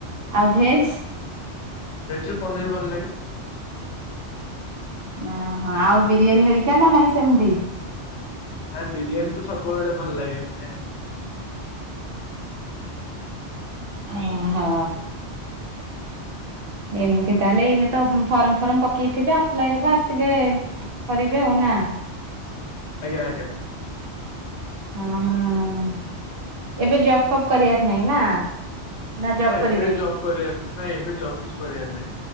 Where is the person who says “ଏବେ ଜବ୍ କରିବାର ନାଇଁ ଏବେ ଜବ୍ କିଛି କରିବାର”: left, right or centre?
Left